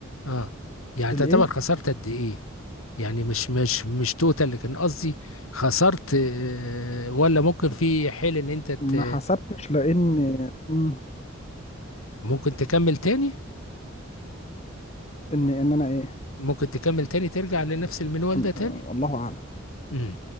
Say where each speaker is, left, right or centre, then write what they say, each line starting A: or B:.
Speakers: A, on the left; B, on the left.
A: اه يعني
B: الإيه
A: تعتبر خسرت قد إيه يعني مش مش مش توتال لكن قصدي خسرت آه ولا ممكن في حيل إن أنت ت...
B: ما حسبتش لأن مم.
A: ممكن تكمل تاني
B: ان ان انا ايه
A: ممكن تكمل تاني ترجع لنفس المنوال
B: أم-
A: ده تاني
B: الله اعلم
A: امم